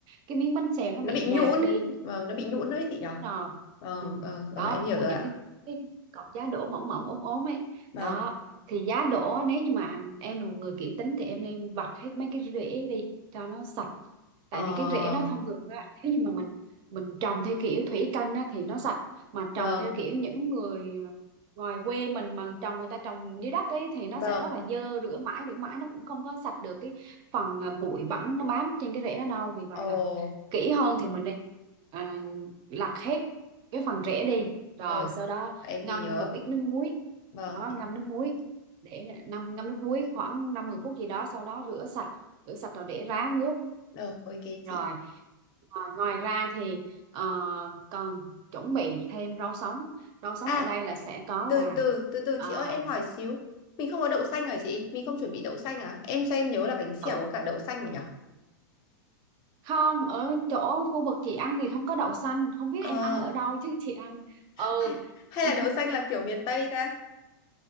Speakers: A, on the right (about 40°); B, on the left (about 40°).
A: cái miếng bánh xèo nó
B: Nó
A: bị
B: bị nhũn,
A: nhạt đi
B: vâng, nó bị nhũn đấy chị nhở?
A: rồi
B: Vâng,
A: ừ.
B: vâng,
A: đó
B: rồi em hiểu
A: mua
B: rồi
A: những
B: ạ.
A: cái cái cọc giá đỗ mỏng mỏng ốm ốm ấy
B: Vâng.
A: đó thì giá đỗ á, nếu như mà em là một người kỹ tính thì em nên vặt hết mấy cái rễ đi cho nó sạch
B: Ờ,
A: tại vì cái rễ nó thông thường á nếu như mà mình mình trồng theo kiểu thủy canh á thì nó sạch mà
B: vâng,
A: trồng theo kiểu những người ngoài quê mình mà trồng người ta trồng dưới đất ấy thì nó
B: vâng,
A: sẽ rất là dơ rửa mãi rửa mãi nó cũng không có sạch được cái phần à, bụi bẩn nó bám trên cái rễ đó đâu vì vậy
B: ồ,
A: là kỹ hơn thì mình nên à, lặt hết cái phần rễ đi rồi
B: rồi,
A: sau đó
B: em
A: ngâm
B: ghi nhớ,
A: một ít nước muối
B: vâng,
A: đó
B: em,
A: ngâm nước muối để ngâm ngâm nước muối khoảng năm 10 phút gì đó sau đó rửa sạch rửa sạch rồi để ráo nước
B: rồi, ok
A: rồi
B: chị.
A: à, ngoài ra thì ờ, còn chuẩn bị thêm rau sống rau sống
B: À,
A: ở đây là sẽ có
B: từ
A: là
B: từ, từ từ
A: à,
B: chị ơi, em hỏi xíu, mình không có đậu xanh hả chị? Mình không chuẩn bị đậu xanh à? Em xem em nhớ là bánh xèo
A: đậu
B: có cả đậu xanh mà nhở?
A: không ở chỗ khu vực chị ăn thì không có đậu xanh không biết
B: Ờ,
A: em ăn ở đâu chứ chị ăn ừ
B: hay, hay
A: <laughs>
B: là đậu xanh là kiểu miền Tây ta?